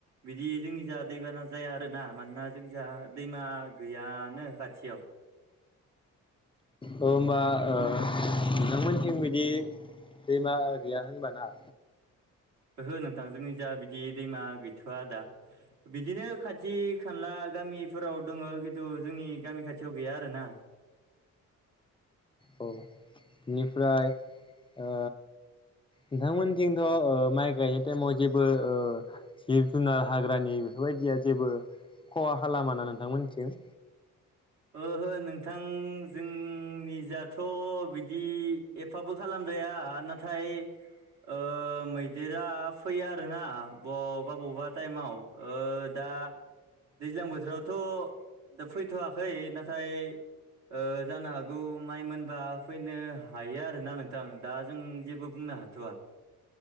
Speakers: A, on the right; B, on the left.
A: बिदि जोंनि जा दैबाना जाया आरोना । मानोना जोंनिजा दैमा गैयानो खाथियाव।
B: ओ होमबा ओ बिथांमोनथिं बिदि दैमा गैया होनबाना?
A: ओहो नोंथां जोंनि जा बिदि दैमा गैथ'आ दा। बिदिनो खाथि खाला गामिफोराव दङ खिन्थु जोंनि गामि खाथियाव गैया आरोना।
B: औ बेनिफ्राय ओ नोंथांमोनथिंथ' ओ माइ गायनाय टाइमाव जेबो ओ जिब जुनार हाग्रानि बेफोरबायदिया जेबो खहा खालामाना नोंथांमोननिथिं?
A: ओहो नोंथां जोंनिजाथ' बिदि एफाबो खालामद्राया। नाथाय ओ‌ मैदेरा फैयो आरोना बबा बबा टाइमाव ओ दा दैज्लां बोथोरावथ' दा फैथ'वा फै नाथाय ओ जानो हागौ माइ' मोनबा फैनो हायो। आरोना नोंथां दा जों जेबो बुंनो हाथ'वा।